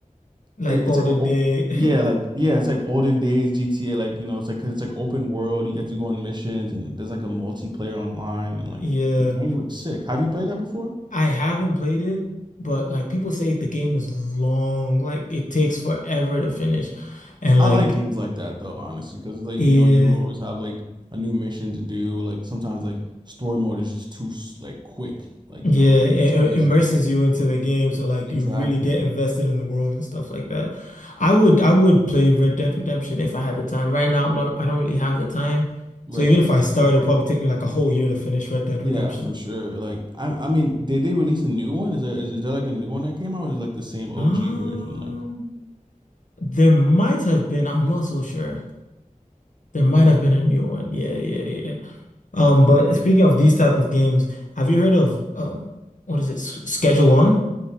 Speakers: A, on the left (about 65°); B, on the right (about 30°).
A: like
B: it- it's
A: olden
B: like an open,
A: day. <laughs>
B: yeah, like yeah, it's like olden days GTA. Like you know, it's like because it's like open world. You get to go on missions, and there's like a multiplayer online, and like
A: Yeah.
B: the game looks sick. Have you played that before?
A: I haven't played it, but like people say the game is long, like it takes forever to finish. And
B: I
A: like
B: like games like that though, honestly, because like
A: yeah,
B: you know you always have like a new mission to do. Like sometimes like story mode is just too s- like quick. Like
A: yeah,
B: you know like
A: it
B: just finish
A: it immerses
B: it. Like
A: you into the game, so like
B: exactly
A: you really get invested in the world and stuff like that. I would I would play Red Dead Redemption if I had the time. Right now I'm not I don't really have the time.
B: right.
A: So even if I start, it'll probably take me like a whole year to finish Red Dead
B: Yeah,
A: Redemption.
B: for sure. Like I I mean, did they release a new one? Is there is, is there like a new one that came out or is it like the same OG
A: Um,
B: version? Like
A: there might have been, I'm not so sure. There might
B: okay.
A: have been a new one. Yeah, yeah, yeah. Um, but speaking of these type of games, have you heard of um, what is it, S- Schedule One?